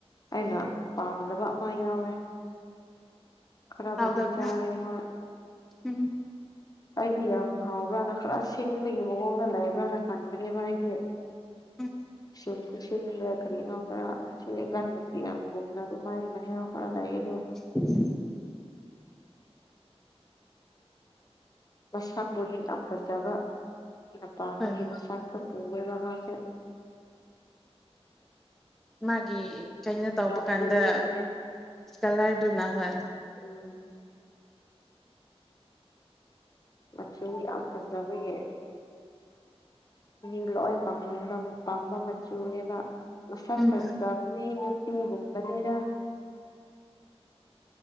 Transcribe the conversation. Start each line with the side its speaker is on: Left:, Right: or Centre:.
Left: ꯑꯩꯅ ꯄꯥꯝꯗꯕ ꯑꯃ ꯌꯥꯎꯋꯦ ꯈꯔꯕꯨꯗꯤ
Centre: ꯍꯥꯎꯗꯕꯅꯦ
Left: ꯆꯥꯔꯦ ꯍꯣꯏ
Centre: ꯍꯨꯝꯝꯝ
Left: ꯗꯤ ꯌꯥꯝ ꯍꯥꯎꯕ꯭ꯔꯅ ꯈꯔ ꯁꯤꯟꯕꯒꯤ ꯃꯑꯣꯡꯗ ꯂꯩꯕ꯭ꯔꯅ ꯈꯟꯕꯅꯦꯕ ꯑꯩꯗꯤ
Centre: ꯎꯝ
Left: ꯆꯨꯝ ꯀꯆꯟꯗ ꯀꯔꯤꯅꯣ ꯈꯔ ꯑꯁꯤꯦꯒꯟꯕꯁꯦ ꯌꯥꯝꯒꯨꯝꯅ ꯑꯗꯨꯃꯥꯏꯅ ꯍꯦꯛ ꯈꯔ ꯂꯏ ꯑꯗꯣ <inaudible>
Centre: ꯎꯝ <inaudible>
Left: ꯃꯁꯛꯄꯨꯗꯤ ꯌꯥꯝ ꯐꯖꯕ ꯑꯩꯅꯥ ꯄꯥꯥꯝꯕꯒꯤ
Centre: ꯍꯣꯏ
Left: ꯃꯁꯛꯇ ꯄꯨꯕ ꯃꯥꯁꯦ
Centre: ꯃꯥꯒꯤ ꯀꯩꯅꯣ ꯇꯧꯕ
Left: ꯃꯆꯨꯗꯨꯅꯅꯦ
Centre: ꯀꯥꯟꯗ ꯀꯂꯔꯗꯨ ꯍꯣꯢ
Left: ꯎꯝ ꯇꯨ ꯌꯥꯝ ꯐꯖꯕꯒꯤ ꯃꯤ ꯂꯣꯏ ꯄꯥꯝꯅꯤꯡꯕ ꯄꯥꯝꯕ ꯃꯆꯨꯅꯦꯕ ꯃꯁꯛ
Centre: ꯎꯝ
Left: ꯐꯖꯕ ꯃꯤ ꯅꯨꯄꯤꯒꯨꯝꯕꯅꯦꯗ